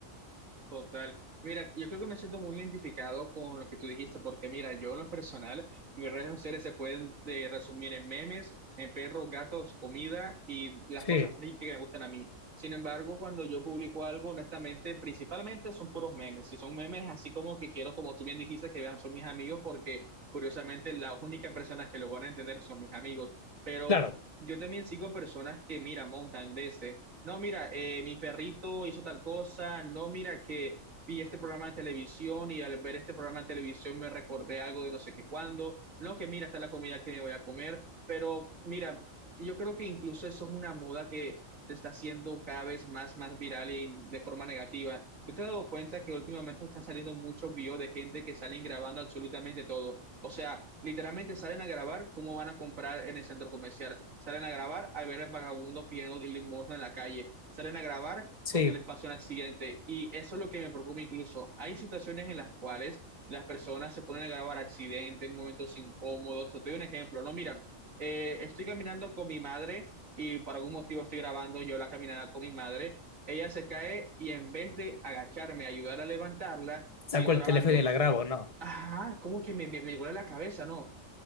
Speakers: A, on the right; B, on the left.
A: Total. Mira, yo creo que me siento muy identificado con lo que tú dijiste, porque mira, yo en lo personal, mis redes sociales se pueden de, resumir en memes, en perros, gatos, comida y las
B: Sí,
A: cosas friki que me gustan a mí. Sin embargo, cuando yo publico algo, honestamente, principalmente son puros memes. Si son memes así como que quiero, como tú bien dijiste, que vean, son mis amigos, porque curiosamente las únicas personas que lo van a entender son mis amigos. Pero
B: claro.
A: yo también sigo personas que, mira, montan veces. No, mira, eh, mi perrito hizo tal cosa. No, mira que vi este programa de televisión y al ver este programa de televisión me recordé algo de no sé qué cuándo. No, que mira, está la comida que me voy a comer. Pero mira, yo creo que incluso eso es una moda que se está haciendo cada vez más, más viral y de forma negativa. Yo te has dado cuenta que últimamente están saliendo muchos videos de gente que salen grabando absolutamente todo. O sea, literalmente salen a grabar cómo van a comprar en el centro comercial. Salen a grabar a ver al vagabundo pidiendo limosna en la calle. Salen a grabar
B: Sí,
A: cuando les pasa un accidente. Y eso es lo que me preocupa incluso. Hay situaciones en las cuales las personas se ponen a grabar accidentes, momentos incómodos. Te doy un ejemplo. No, mira, eh, estoy caminando con mi madre y por algún motivo estoy grabando yo la caminada con mi madre. Ella se cae y en vez de agacharme, ayudar a levantarla, sigo
B: saco
A: grabando.
B: el teléfono y la grabo, no.
A: Ajá, como que me, me, me huele la cabeza, ¿no?